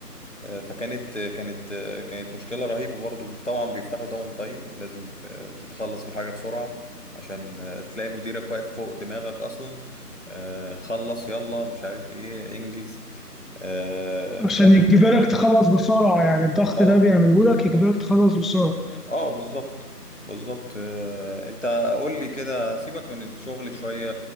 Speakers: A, on the left (about 50°); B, in the centre.
A: آه، فكانت كانت آه، كانت مشكلة رهيبة برضو طبعا بيفتحوا داون تايم لازم آه، تتخلص الحاجة بسرعة عشان آه، تلاقي مديرك واقف فوق دماغك اصلا آه، خلص يلا مش عارف ايه انجز آه،
B: عشان
A: كانت
B: يجبرك تخلص بسرعة يعني الضغط
A: اه
B: ده بيعمله لك يجبرك تخلص بسرعة
A: اه بالظبط بالظبط آه، انت قول لي كده سيبك من الشغل شوية